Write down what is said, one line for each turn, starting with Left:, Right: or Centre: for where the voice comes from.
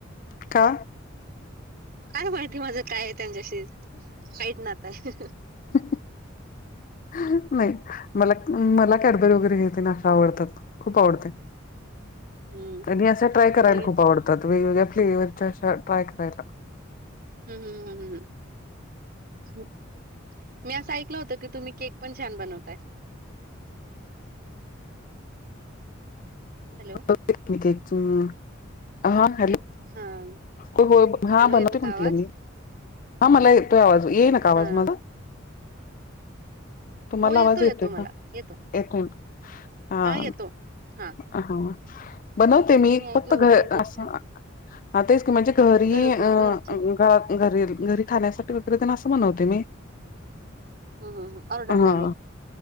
Left: का
Right: काय माहिती माझं काय आहे त्यांच्याशी वाईट नाता आहे.
Left: ह नाही मला उम्म मला कॅडबरी वगैरे हेे तेन असं आवडतात खूप आवडते.
Right: हम्म
Left: आणि असा ट्राय करायला
Right: मी
Left: खूप आवड तात वेगवेगळे फ्लेव्हरच्या अशा ट्राय करायला.
Right: हम्म हम्म हम्म हम्म. मी असं ऐकलं होतं की तुम्ही केक पण छान बनवताय. हॅलो.
Left: <unintelligible> हा हॅलो!
Right: हां,
Left: हो हो हा
Right: हॅलो
Left: बनवते
Right: येतो का
Left: म्हटलं
Right: आवाज?
Left: मी. हा मला येतोय आवाज, येई ना का आवाज
Right: हां,
Left: माझा? तुम्हाला
Right: हो येतो,
Left: आवाज
Right: येतो
Left: येतोय
Right: मला
Left: का?
Right: येतो.
Left: येतय, हा
Right: हां, येतो. हां.
Left: हा. बनवते मी
Right: नाही ऐकलं
Left: फक्त
Right: होतं
Left: घर
Right: तुम्ही केक
Left: अस
Right: छान
Left: ह तेच की म्हणजे घरी
Right: घरगु
Left: अ
Right: घरचे
Left: घ घरील, घरी खाण्यासाठी वक्रेत ना असं बनवते मी.
Right: हं, हं, हं. ऑर्डर
Left: हा,
Right: नाही घेत.